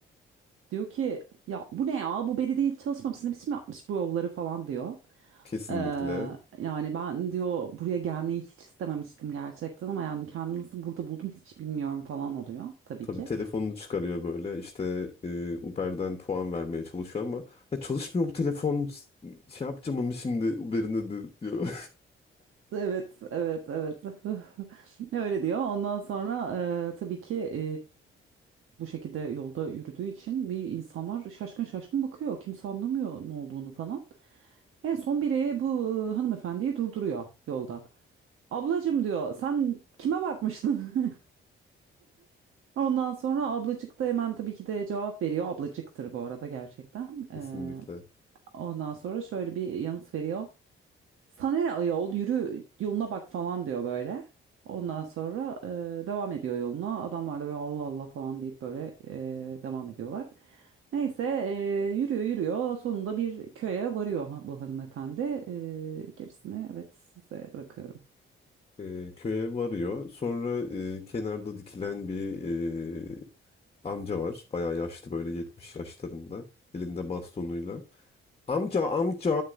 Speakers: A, on the right; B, on the left.
A: e, diyor ki ya bu ne ya bu belediye hiç çalışmamış ne biçim yapmış bu yolları falan diyor.
B: Kesinlikle.
A: Ee, yani ben diyor buraya gelmeyi hiç istememiştim gerçekten ama yani kendimi nasıl burada buldum hiç bilmiyorum falan oluyor tabii
B: Tabii
A: ki.
B: telefonunu çıkarıyor böyle işte e, Uber'den puan vermeye çalışıyor ama "Ya çalışmıyor bu telefon şey yapacağım ama şimdi Uber'ine de diyor.
A: Evet, evet, evet. <laughs> Öyle diyor. Ondan sonra e, tabii ki e, bu şekilde yolda yürüdüğü için bir insanlar şaşkın şaşkın bakıyor. Kimse anlamıyor ne olduğunu falan. En son biri bu e, hanımefendiyi durduruyor yolda. Ablacım diyor sen kime bakmıştın? <laughs> Ondan sonra ablacık da hemen tabii ki de cevap veriyor. Ablacıktır bu arada gerçekten.
B: <laughs> Kesinlikle.
A: Ee, ondan sonra şöyle bir yanıt veriyor. Sana ne ayol yürü yoluna bak falan diyor böyle. Ondan sonra e, devam ediyor yoluna. Adamlar da böyle Allah Allah falan deyip böyle e, devam ediyorlar. Neyse e, yürüyor yürüyor. Sonunda bir köye varıyor ha- bu hanımefendi. E, gerisini evet size bırakıyorum.
B: E, köye varıyor. Sonra e, kenarda dikilen bir e, amca var. Bayağı yaşlı böyle 70 yaşlarında. Elinde bastonuyla. Amca amca